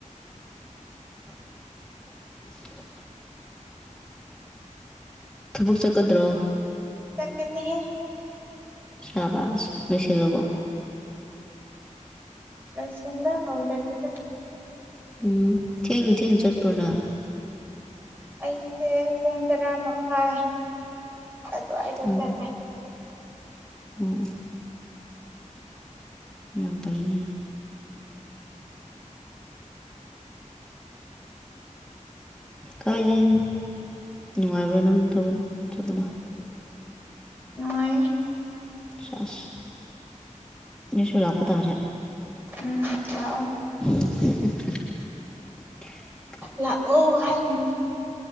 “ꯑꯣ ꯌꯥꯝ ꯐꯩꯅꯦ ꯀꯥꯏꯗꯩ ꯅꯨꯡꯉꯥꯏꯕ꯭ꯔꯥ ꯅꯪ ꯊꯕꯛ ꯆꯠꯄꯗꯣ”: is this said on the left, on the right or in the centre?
Centre